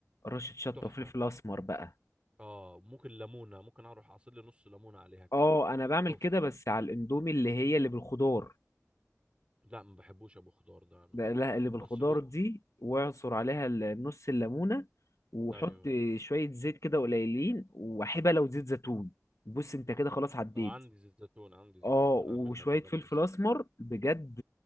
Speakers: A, on the left; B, on the right.
A: رشه شطه
B: تحفه
A: وفلفل اسمر بقى
B: اه ممكن ليمونه ممكن اروح اعصر لي نص ليمونه عليها كمان
A: اه انا بعمل
B: اوف
A: كده بس على الاندومي اللي هي اللي بالخضار
B: لا ما بحبوش ابو خضار ده انا
A: بقلاها اللي بالخضار
B: هو السجق
A: دي واعصر عليها ال- نص الليمونة وحط
B: ايوه
A: شوية زيت كده قليلين وحبة لو زيت زيتون بص انت كده خلاص عديت
B: اه عندي زيت زيتون عندي زيت
A: اه
B: زيتون
A: وشوية
B: اعملها اجربها
A: فلفل
B: بالزيت
A: اسمر
B: زيتون
A: بجد